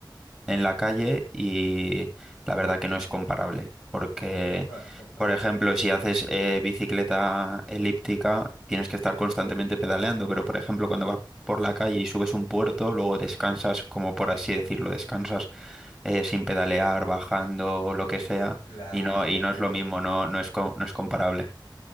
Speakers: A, in the centre; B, on the left.
A: en la calle y la verdad que no es comparable, porque,
B: No es comparable,
A: por ejemplo,
B: claro.
A: si haces eh, bicicleta elíptica, tienes que estar constantemente pedaleando, pero, por ejemplo, cuando vas por la calle y subes un puerto, luego descansas, como por así decirlo, descansas eh, sin pedalear, bajando, lo que sea,
B: Claro,
A: y no, y no es lo
B: claro.
A: mismo, no, no es, co- no es comparable.